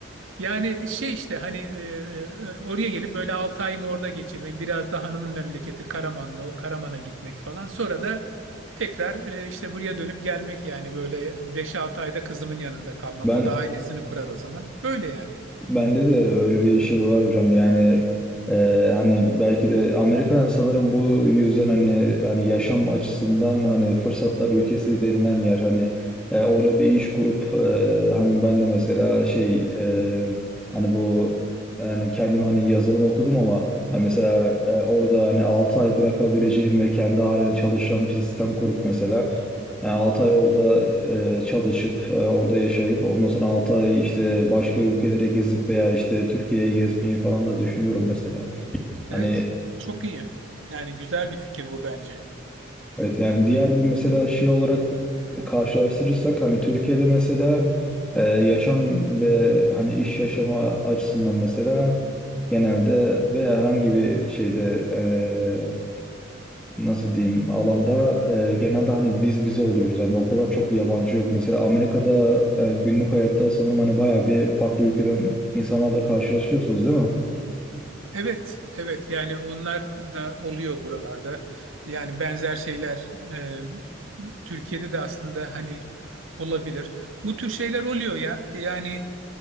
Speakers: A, on the right (about 80°); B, in the centre.
A: Yani şey işte hani e, e, e, oraya gelip böyle 6 ayımı orada geçirmek biraz da hanımın memleketi Karamanlı o Karaman'a gitmek falan sonra da tekrar e, işte buraya dönüp gelmek yani böyle beş altı ayda kızımın yanında kalmak
B: Ben
A: o da ailesini kurar o zaman öyle yani.
B: Bende de öyle bir şey var hocam yani e, hani belki de Amerika sanırım bu yüzden hani hani yaşam açısından hani fırsatlar ülkesi denilen yer hani e, orada bir iş kurup e, hani ben de mesela şey e, hani bu yani kendim hani yazılım okudum ama hani mesela e, orada hani 6 ay bırakabileceğim ve kendi halini çalışan bir sistem kurup mesela yani 6 ay orada e, çalışıp, e, orada yaşayıp, ondan sonra 6 ay işte başka ülkeleri gezip veya işte Türkiye'yi gezmeyi falan da düşünüyorum mesela. Hani
A: Evet, çok iyi. Yani güzel bir fikir bu bence.
B: evet yani diğer bir mesela şey olarak karşılaştırırsak hani Türkiye'de mesela e, yaşam ve hani iş yaşama açısından mesela genelde veya herhangi bir şeyde e, nasıl diyeyim alanda e, genelde hani biz bize oluyoruz hani o kadar çok yabancı yok mesela Amerika'da e, günlük hayatta sanırım hani bayağı bir farklı ülkeden insanlarla karşılaşıyorsunuz değil mi?
A: Evet, evet. Yani onlar da oluyor buralarda. Yani benzer şeyler e, Türkiye'de de aslında hani olabilir. Bu tür şeyler oluyor ya. Yani